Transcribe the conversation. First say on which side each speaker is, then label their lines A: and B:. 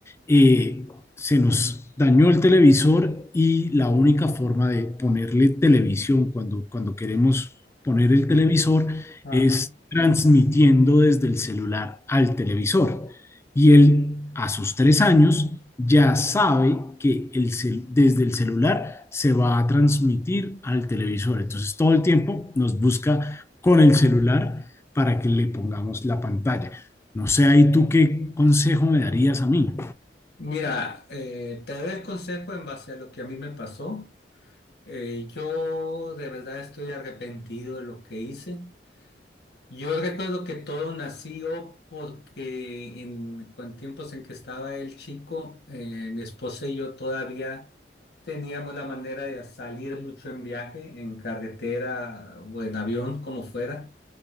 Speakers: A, on the left; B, on the left.
A: eh, se nos dañó el televisor y la única forma de ponerle televisión cuando, cuando queremos poner el televisor
B: Ajá.
A: es transmitiendo desde el celular al televisor. Y él a sus tres años ya sabe que el cel- desde el celular se va a transmitir al televisor. Entonces todo el tiempo nos busca con el celular para que le pongamos la pantalla. No sé, ahí tú qué consejo me darías a mí.
B: Mira, eh, te doy el consejo en base a lo que a mí me pasó. Eh, yo de verdad estoy arrepentido de lo que hice. Yo recuerdo que todo nació porque en, en tiempos en que estaba el chico, eh, mi esposa y yo todavía teníamos la manera de salir mucho en viaje, en carretera o en avión, como fuera.